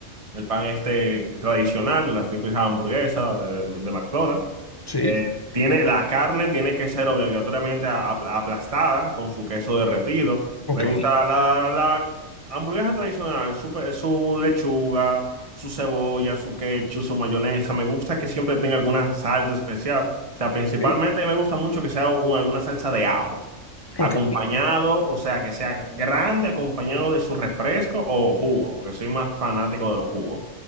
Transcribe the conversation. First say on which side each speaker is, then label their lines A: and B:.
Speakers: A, on the right; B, on the left.
A: el pan este tradicional de las típicas hamburguesas eh, de, de McDonald's.
B: sí,
A: Eh, tiene, la carne tiene que ser obligatoriamente a- a- aplastada con su queso derretido.
B: ok,
A: Me gusta la, la hamburguesa tradicional, su, pe- su lechuga, su cebolla, su ketchup, su mayonesa. Me gusta que siempre tenga alguna salsa especial. O sea, principalmente
B: ok,
A: me gusta mucho que sea u- alguna salsa de ajo. Acompañado,
B: ok,
A: o sea, que sea grande, acompañado de su refresco o jugo, porque soy más fanático de los jugos.